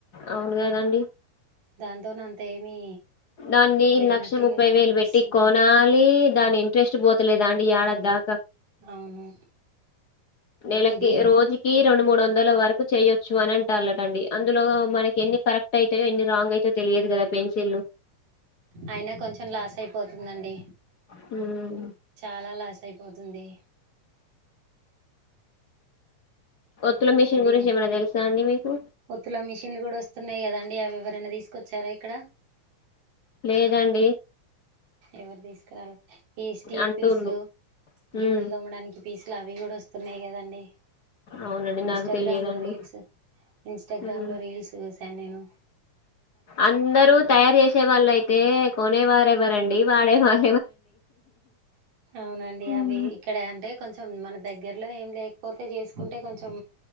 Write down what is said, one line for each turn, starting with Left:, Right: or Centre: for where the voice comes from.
Left: అవును కదండి
Right: దాంతోన అంత ఏమి
Left: దాన్ని
Right: లేనట్టుగానే
Left: లక్ష ముప్పై వేలు
Right: అనిపిస్తుంది
Left: పెట్టి కొనాలి దాని ఇంట్రెస్ట్ పోతలేదా అండి యాడ దా
Right: అవును
Left: నెలకి
Right: ఇది
Left: రోజుకి రెండు మూడు వందల వరకు చేయొచ్చు అనన్ టాల టండి అందులో మనకి ఎన్ని కరెక్ క్ట్ యితే యో ఎన్ని రాంగ్ అయితాయో తెలియదు కదా పెన్సిల్లు
Right: అయినా కొంచెం లాస్ అయిపోతుందండి
Left: <unintelligible>
Right: చాలా లాస్ అయిపోతుంది
Left: ఒత్తుల మిషన్
Right: ఇది
Left: గురించి ఏమైనా తెలుసా అండి మీకు
Right: ఒత్తుల మిషిన్లు కూడా వస్తున్నాయి కదండి అవి ఎవరన్న తీస్ కొచ్చారా ఇక్కడ
Left: లేదండి
Right: ఎవరు తీసుకురాలే ఈ స్టీల్
Left: అంటుళ్ళు
Right: పీసులు గిన్నెలు
Left: ఉమ్
Right: దోమడానికి పీసులు అవి కూడా వస్తున్నాయి్ కదండి
Left: అవునండి
Right: ఇన్స్టాగ్రామ్
Left: నాకు తెలియదండి
Right: లో రీల్స్ ఇన్స్టాగ్రామ్
Left: ఉమ్
Right: లో రీల్స్ స్ న్నా నేను
Left: అందరూ తయారు చేసే వాళ్ళు అయితే కొనేవారు ఎవరండి వాడే వాహ్
Right: అవునండి
Left: ఉమ్
Right: అవి ఇక్కడ అంటే కొంచెం మన దగ్గరలో ఏం లేకపోతే చేసుకుంటే కొంచెం